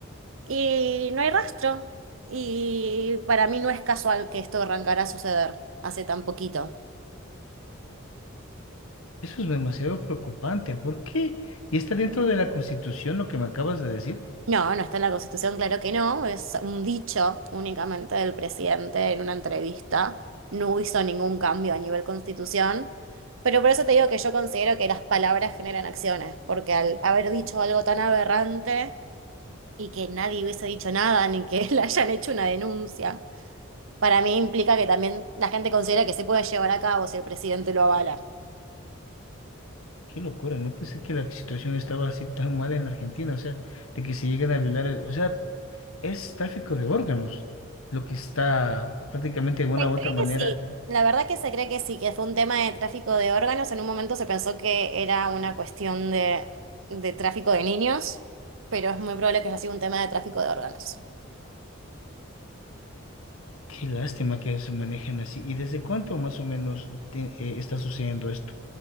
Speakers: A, on the right; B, on the left.
A: Y no hay rastro. Y para mí no es casual que esto arrancara a suceder hace tan poquito.
B: Eso es demasiado preocupante. ¿Por qué? ¿Y está dentro de la Constitución lo que me acabas de decir?
A: No, no está en la Constitución, claro que no. Es un dicho únicamente del presidente en una entrevista. No hizo ningún cambio a nivel Constitución. Pero por eso te digo que yo considero que las palabras generan acciones, porque al haber dicho algo tan aberrante y que nadie hubiese dicho nada, ni que <laughs> le hayan hecho una denuncia, para mí implica que también la gente considera que se puede llevar a cabo si el presidente lo avala.
B: Qué locura, no pensé que la situación estaba así tan mal en la Argentina, o sea, de que se lleguen a violar, el- o sea, es tráfico de órganos, lo que está prácticamente de una
A: Se
B: u otra
A: cree
B: manera.
A: que sí, la verdad que se cree que sí, que fue un tema de tráfico de órganos. En un momento se pensó que era una cuestión de, de tráfico de niños, pero es muy probable que haya sido un tema de tráfico de órganos.
B: Qué lástima que se manejen así. ¿Y desde cuánto más o menos te- eh, está sucediendo esto?